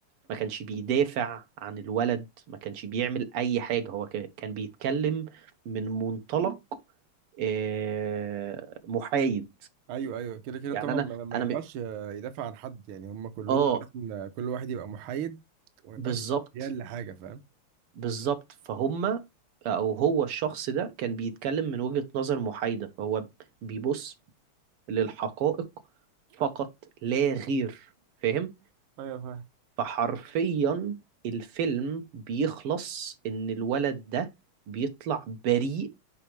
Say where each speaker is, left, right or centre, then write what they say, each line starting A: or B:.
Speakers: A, on the right; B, on the right.
A: ما كانش بيدافع عن الولد ما كانش بيعمل أي حاجة هو كان كان بيتكلم من منطلق آه، محايد
B: ايوه ايوه كده كده
A: يعني
B: طبعا
A: أنا
B: ما ما
A: أنا
B: ينفعش
A: م-
B: آه، يدافع عن حد يعني هم كلهم
A: آه
B: لازم، آه، كل واحد يبقى محايد وما ينفعش
A: بالظبط
B: يديها لحاجه فاهم
A: بالظبط فهم أو هو الشخص ده كان بيتكلم من وجهة نظر محايدة هو بيبص للحقائق فقط لا غير فاهم
B: ايوه فاهم
A: فحرفيا الفيلم بيخلص ان الولد ده بيطلع بريء